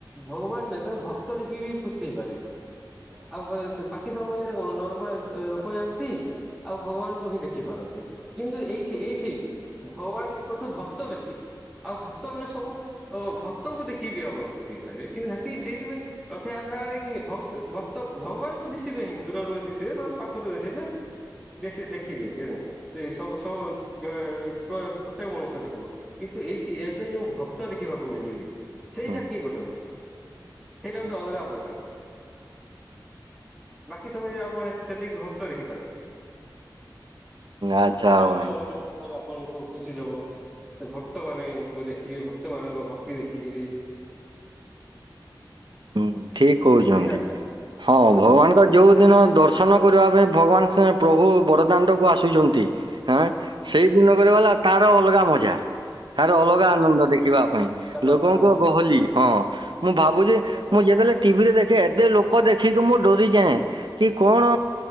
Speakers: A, in the centre; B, on the right.
A: ଭଗବାନ ନାହିଁ ତମ ଭକ୍ତ ଭକ୍ତ ଦେଖିକି ଖୁସି ହେଇପାରିବ। ଆଉ ବାକି ସମୟରେ କଣ ନର୍ମାଲ ଲୋ କୋୟାନ୍ତି ଆଉ ଭଗବାନ କୁ ହିଁ ଦେ ଦେଖି ପାରନ୍ତି କିନ୍ତୁ ଏଇଠି ଏଇଠି ଭଗବାନଙ୍କଠୁ ଭକ୍ତ ବେଶୀ। ଆଉ ଭକ୍ତ ମାନେ ସବୁ ଅ ଭକ୍ତଙ୍କୁ ଦେଖି ବିି ଅବଳ ଖୁସି ରହିବେ କିନ୍ତୁ ସେତିକି ସେଇଥିପାଇଁ ରଥଯାତ୍ରାରେ ଦେଖିନି ଭ ଭକ୍ତ ଭଗବାନ ତ ଦିଶିବେ ହିଁ ଦୂରରୁ ଦିଶିବେ ନହେଲେ ପାଖରୁ ଦିଶିବେ। ବେଶୀ ଦେଖିବେ କେବେ? ସେ ସବୁ ସବୁ ପ୍ରତ୍ୟେକ ମଣିଷ ଦେଖିବ କିନ୍ତୁ ଏଇଠି ଏବେ ଯୋଉ ଭକ୍ କ୍ତ ଦେଖିବାକୁ ମିଳିବେ ସେଇଟା
B: ହୁଁ,
A: ହିଁ ଗୋଟେ। <unintelligible> ସେଇଟା ଗୋଟେ
B: ହୁଁ,
A: ଅଲଗା ପ୍ରକାରର। ବାକି ସବୁ ଆପଣ ସେତିକି ଭକ୍ତ ଦେଖିପାରିବେ।
B: ଆଚ୍ଛା
A: ସେଇଟା ଗୋଟେ
B: ଭାଇ
A: ଅଲଗା ପ୍ରକାର। ଆପଣଙ୍କୁ ଖୁସି ଦବ। ସେ ଭକ୍ତ ମାନଙ୍କୁ ଦେଖିକି ଭକ୍ ଭକ୍ତ ମାନଙ୍କ ଭକ୍ତି ଦେଖିକିରି
B: ହୁଁ ଠିକ୍ କହୁଛନ୍ତି।
A: ସେଇଆ ଆଗରୁ
B: ହଁ
A: ତ
B: ଭଗବାନଙ୍କ ଯେଉଁ ଦିନ ଦର୍ଶନ କରିବା ପାଇଁ ଭଗବାନ ସେ ପ୍ରଭୁ ବଡ ଦାଣ୍ଡକୁ ଆସୁଚନ୍ତି ହଁ ସେଇ ଦିନଗର ବାଲା। ତାର ଅଲଗା ମଜା ତାର ଅଲଗା ଆନନ୍ଦ ଦେଖିବା ପାଇଁ
A: ତାର
B: ଲୋକଙ୍କ
A: ଅଲଗା
B: ଗହଲି ହଁ ମୁଁ ଭାବୁଚି
A: ଆନନ୍ଦ
B: ମୁଁ
A: ଦେଖିବ।
B: ଯେବେଲେ ଟିଭିରେ ଦେଖେ ଏତେ ଲୋକ ଦେଖିକି ମୁଁ ଡୋରିଯାଏଁ। କି କଣ